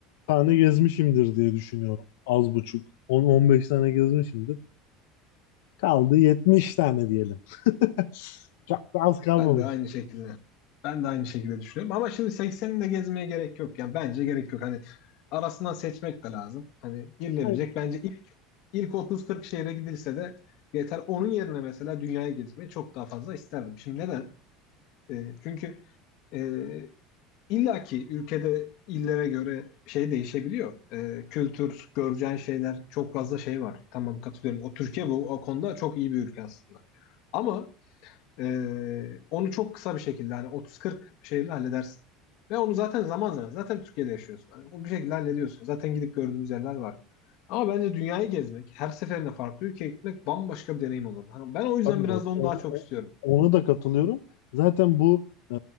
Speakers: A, on the left; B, on the left.
A: tane gezmişimdir diye düşünüyorum. Az buçuk. on on beş tane gezmişimdir. Kaldı 70 tane diyelim. <laughs> Çok da az kalmamış.
B: ben de aynı şekilde ben de aynı şekilde düşünüyorum. Ama şimdi 80'ini de gezmeye gerek yok. Yani bence gerek yok. Hani arasından seçmek de lazım. Hani girilebilecek
A: Yani,
B: bence İlk 30-40 şehre gidilse de yeter. Onun yerine mesela dünyayı gezmeyi çok daha fazla isterdim. Şimdi neden? E, çünkü e, illaki ülkede illere göre şey değişebiliyor. E, kültür, göreceğin şeyler çok fazla şey var. Tamam katılıyorum. O Türkiye bu o konuda çok iyi bir ülke aslında. Ama ee, onu çok kısa bir şekilde hani 30-40 şeyle halledersin. Ve onu zaten zaman zaman zaten Türkiye'de yaşıyorsun. Hani onu bir şekilde hallediyorsun. Zaten gidip gördüğümüz yerler var. Ama bence dünyayı gezmek, her seferinde farklı ülkeye gitmek bambaşka bir deneyim olur. Hani ben o yüzden
A: tabii
B: biraz
A: bak
B: da onu
A: o-
B: daha çok istiyorum.
A: o- ona da katılıyorum. Zaten bu e,